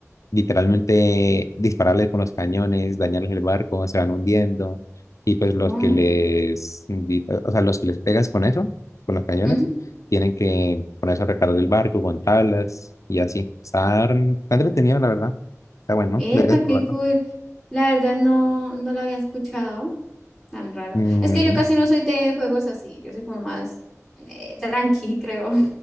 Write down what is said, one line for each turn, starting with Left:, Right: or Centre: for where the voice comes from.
Left: literalmente dispararles con los cañones, dañarles el barco, se van hundiendo. Y pues los
Centre: oh,
Left: que les, di- o sea, los que les pegas con eso, con los cañones,
Centre: ujú.
Left: tienen que ponerse a reparar el barco con tablas y así. Está, está entretenido, la verdad. Está bueno,
Centre: Epa,
Left: deberías probarlo.
Centre: qué cool. La verdad no, no la había escuchado, tan raro.
Left: Mm,
Centre: Es que yo casi no soy de juegos así, yo soy como más eh, tranqui, <laughs> creo.